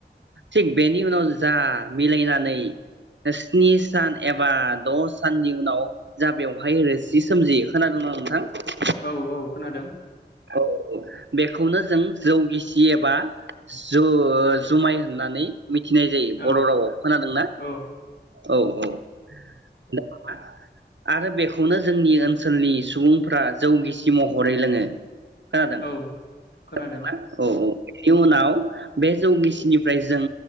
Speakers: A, on the right; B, on the left.
A: थिग बेनि उनाव जा मिलायनानै स्नि सान एबा द' साननि उनाव जा बेवहाय रोसि सोमजियो खोनादों ना नोंथां?
B: औ औ खोनादों।
A: औ बेखौनो जों जौगिसि एबा जु-जुमाय होननानै मिथिनाय जायो।
B: औ
A: बर' रावआव खोनादोंना?
B: औ
A: औ औ। <unintelligible> आरो बेखौनो जोंनि ओनसोलनि सुबुंफ्रा जौगिसि महरै लोङो। खोनादों
B: औ
A: खोनादोंना
B: खोनादों
A: औ औ। इयुनाव बे जौ गिसिनिफ्राय जों